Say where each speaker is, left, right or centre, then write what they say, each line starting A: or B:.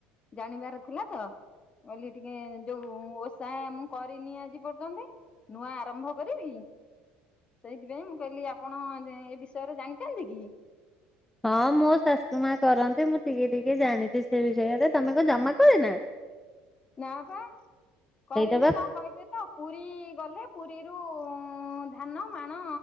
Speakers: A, on the left; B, in the centre.
A: ଜାଣିବାର ଥିଲା ତ। ବୋଲି ଟିକେ ଯୋଉ ଓଷା ମୁଁ କରିନି ଆଜି ପର୍ଯ୍ୟନ୍ତେ। ନୂଆ ଆରମ୍ଭ କରିବି ସେଇଥିପାଇଁ ମୁଁ କହିଲି ଆପଣ ଏ ବିଷୟରେ ଜାଣିଥାନ୍ତି କି?
B: ହଁ ମୋ ଶାଶୁ ମା କରନ୍ତି ମୁଁ ଟିକେ ଟିକେ ଜାଣିଛି ସେ ବିଷୟରେ ତମେ କ ଜମା କରିନା।
A: ନା ପା କରେନି
B: ସେଇଟା ବା
A: କଣ କହିଲେ ତ ପୁରୀ ଗଲେ ପୁରୀରୁ ଧାନ ମାଣ